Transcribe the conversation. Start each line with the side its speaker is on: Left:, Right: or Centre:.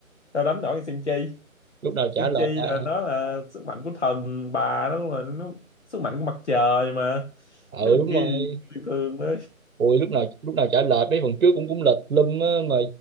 Left: sao đánh nổi thằng Senchi
Right: lúc nào chả
Left: Senchi
Right: lệch à
Left: là nó là sức mạnh của thần bà đó mà nó sức mạnh của mặt trời mà
Right: ừ
Left: mấy thằng
Right: đúng
Left: kia
Right: rồi
Left: gì cũng người thường đó
Right: ui lúc nào lúc nào chả lệch mấy phần trước cũng cũng lệch lum á mà